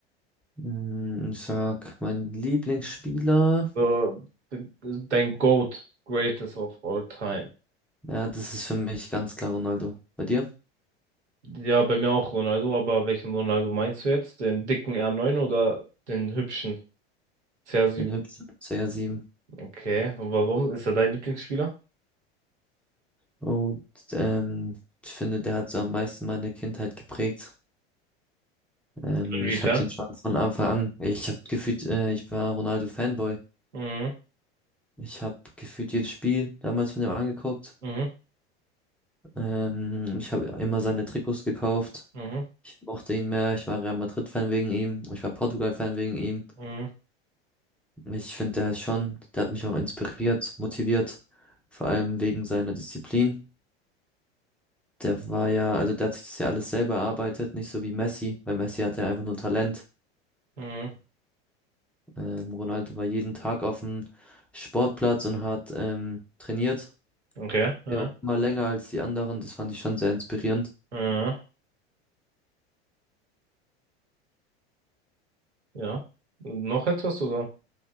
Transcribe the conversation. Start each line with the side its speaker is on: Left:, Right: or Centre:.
Centre: Hm, Ich sag, mein Lieblingsspieler,
Right: Äh, de- dein GOAT, Greatest of All Time.
Centre: ja, das ist für mich ganz klar Ronaldo. Bei dir?
Right: Ja, bei mir auch Ronaldo, aber welchen Ronaldo meinst du jetzt? Den dicken r neun oder den hübschen CR7?
Centre: Den hübschen CR7.
Right: Okay, und warum? Ist er dein Lieblingsspieler?
Centre: Und ähm, ich finde, der hat so am meisten meine Kindheit geprägt. Ähm,
Right: Inwiefern?
Centre: ich habe den schon von Anfang an. Ich habe gefühlt, äh, ich war Ronaldo Fanboy.
Right: Mhm,
Centre: Ich habe gefühlt jedes Spiel damals von dem angeguckt.
Right: mhm,
Centre: Ähm, ich habe immer seine Trikots gekauft.
Right: mhm,
Centre: Ich mochte ihn mehr. Ich war Real Madrid-Fan wegen ihm. Ich war Portugal-Fan wegen ihm.
Right: mhm,
Centre: Ich finde, der ist schon, der hat mich auch inspiriert, motiviert. Vor allem wegen seiner Disziplin. Der war ja, also der hat sich das ja alles selber erarbeitet, nicht so wie Messi, weil Messi hatte einfach nur Talent.
Right: mhm.
Centre: Ähm, Ronaldo war jeden Tag auf dem Sportplatz und hat ähm, trainiert.
Right: Okay, ja,
Centre: Immer, immer länger als die anderen. Das fand ich schon sehr inspirierend.
Right: äh, ja. Noch etwas, oder?